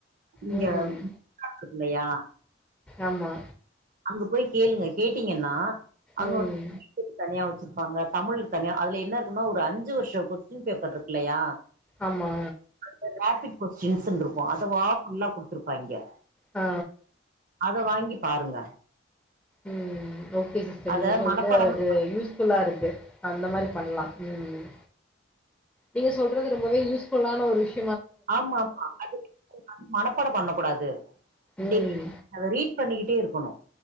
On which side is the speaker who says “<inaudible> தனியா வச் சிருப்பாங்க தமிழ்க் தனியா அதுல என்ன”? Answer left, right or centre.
Right